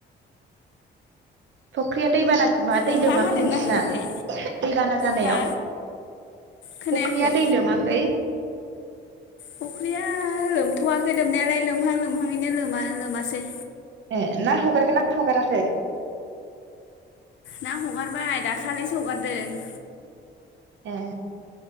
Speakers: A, on the right (about 70°); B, on the left (about 70°).
A: फुख्रिया दैबाना माबा दै
B: अखा
A: लोमाखै
B: हादोंना
A: नोंसिना
B: हायाखै?
A: दैबाना जानायाव
B: हा खोनायाखै
A: फुख्रिया दै लोमाखै
B: फुख्रिया लोमथ'वाखै लोमनायालाय लोमहां लोमहाङैनो लोमा लोमासै
A: ए ना हगारदों ना हगाराखै
B: ना हगारबाय दाखालिसो हगारदों
A: ए